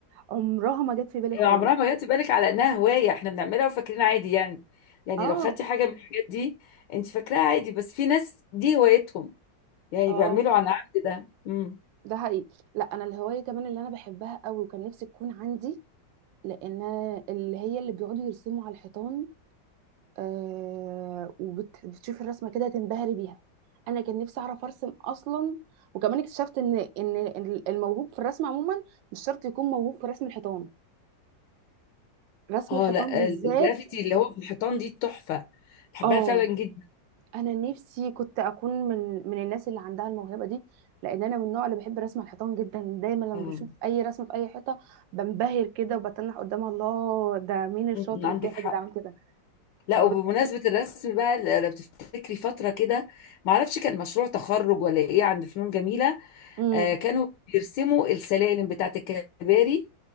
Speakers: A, on the right (about 80°); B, on the left (about 75°).
A: عمرها ما جت في بالي خالص
B: عمرها ما جت في بالك على انها هوايه احنا بنعملها وفاكرين عادي يعني يعني
A: اه
B: لو خدتي حاجه من الحاجات دي انت فاكراها عادي بس في ناس دي هوايتهم يعني
A: اه
B: بيعملوا عن عمد ده امم
A: ده حقيقي لا انا الهوايه كمان اللي انا بحبها قوي وكان نفسي تكون عندي لان اللي هي اللي بيقعدوا يرسموا على الحيطان آه وبتشوفي الرسمه كده تنبهري بيها انا كان نفسي اعرف ارسم اصلا وكمان اكتشفت ان ان الموهوب في الرسم عموما مش شرط يكون موهوب في رسم الحيطان رسم
B: اه
A: الحيطان
B: لا
A: بالذات
B: ال- الجرافيتي اللي هو في الحيطان دي تحفه بحبها
A: اه
B: فعلا جدا
A: انا نفسي كنت اكون من من الناس اللي عندها الموهبه دي لان انا من النوع اللي بحب رسم الحيطان جدا دايما لما
B: اه
A: بشوف اي رسمه في اي حيطه بنبهر كده وبتنح قدامها الله ده مين الشاطر
B: أمم، عندك
A: الجاحد
B: حق
A: اللي عمل كده
B: لا
A: ب...
B: وبمناسبه الرسم بقى ل- لو تفتكري فتره كده ما اعرفش كان مشروع تخرج ولا ايه عند فنون جميله
A: امم
B: آه، كانوا بيرسموا السلالم بتاعت الكباري